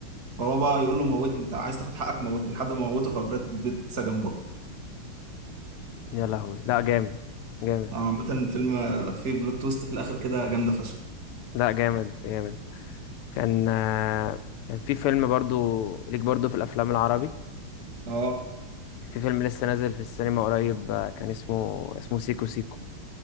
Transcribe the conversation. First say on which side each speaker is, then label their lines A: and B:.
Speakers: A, on the right (about 35°); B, on the left (about 85°).
A: فهو بقى يقول له موتني انت عايز تاخد حقك موتني لحد ما موته فبراد بيت سجن برضه
B: يا لهوي لا جامد جامد
A: آه، عامة الفيلم فيه بلوت تويست في الاخر كده جامدة فشخ
B: لا جامد جامد كان آه، كان في فيلم برضو ليك برضو في الافلام العربي
A: اه
B: في فيلم لسه نازل في السينما قريب آه، كان اسمه اسمه سيكو سيكو